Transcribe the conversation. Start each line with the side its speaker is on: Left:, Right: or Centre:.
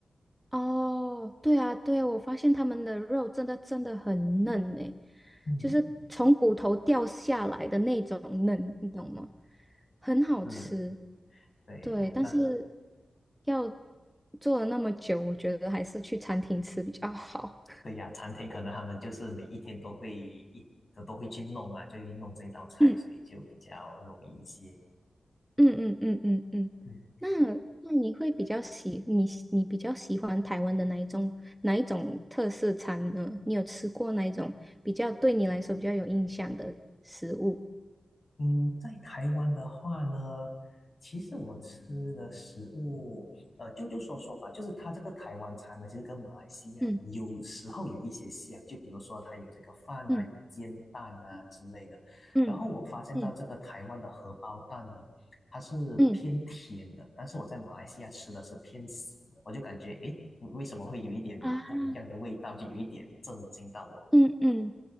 Centre: 哦，对啊对啊，我发现他们的肉真的真的很嫩诶，
Left: 嗯，
Centre: 就是从骨头掉下来的那种嫩，你懂吗？很好吃。
Left: 是对，
Centre: 对，但是
Left: 那
Centre: 要做了那么久，我觉得还是去餐厅吃比较好。
Left: 对呀，餐厅可能他们就是每一天都会一都都会去弄嘛，就会弄这道菜，
Centre: 嗯
Left: 所以就比较容易一些。
Centre: 嗯嗯嗯嗯嗯。
Left: 嗯。
Centre: 那那你会比较喜你喜你比较喜欢台湾的哪一种哪一种特色餐呢？你有吃过哪一种比较对你来说比较有印象的食物？
Left: 嗯，在台湾的话呢，其实我吃的食物，呃，就就说说吧，就是它这个台湾餐呢，其实跟马来西亚呢有时候有一些像，
Centre: 嗯
Left: 就比如说它有这个饭啊，
Centre: 嗯
Left: 有煎蛋啊之类的。
Centre: 嗯嗯
Left: 然后我发现到这个台湾的荷包蛋呢，它是偏甜的，
Centre: 嗯
Left: 但是我在马来西亚吃的是偏咸的，我就感觉诶，为为什么会有一点不一样的味道，
Centre: 啊
Left: 就有一点震惊到我。
Centre: 嗯嗯，